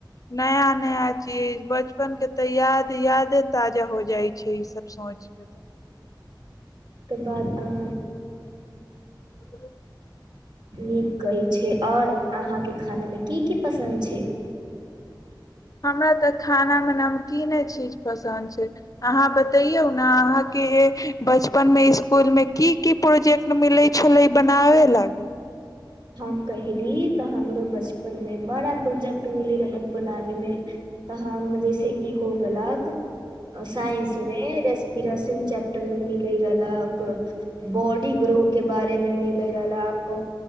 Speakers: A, on the left; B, on the right.
A: नया नया चीज बचपन के तऽ याद यादे ताजा हो जाइ छै ई सब सोच के तऽ
B: कर बाद अह
A: ह
B: नीक कहै छै आओर अहाँके खानामे की की पसन्द छै
A: हमरा तऽ खाना मे की नहिज पसन्द छै अहाँ बतैौ ने अहाँके बचपन मे इसकुल मे की की प्रोजेक्ट मिलै छलै बनाबे लागी
B: हम कहयली तऽ हमरो बचपनमे बड़ा प्रोजेक्ट मिली रहलक बनाबयमे तऽाँ जैसेि हो गेलक साइंसमे रेस्पिरेशन चैप्टरमे मिलै रहलक बॉडी ग्रोे बारेमे मिलै रहलक